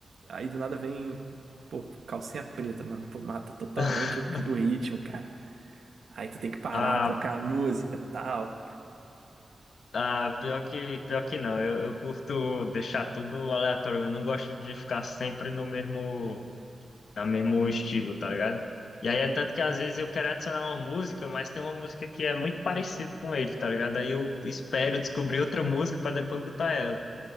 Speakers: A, on the right (about 70°); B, on the left (about 80°).
A: aí do nada vem, pô, calcinha preta, mano, pô, mata totalmente
B: <laughs>
A: o, cli- o ritmo, cara. Aí tu tem que parar,
B: Ah,
A: trocar a música, tal.
B: ah, pior que, pior que não. Eu, eu curto deixar tudo aleatório. Eu não gosto de ficar sempre no mesmo, no mesmo estilo, tá ligado? E aí é tanto que às vezes eu quero adicionar uma música, mas tem uma música que é muito parecida com ele, tá ligado? Aí eu espero descobrir outra música pra depois botar ela.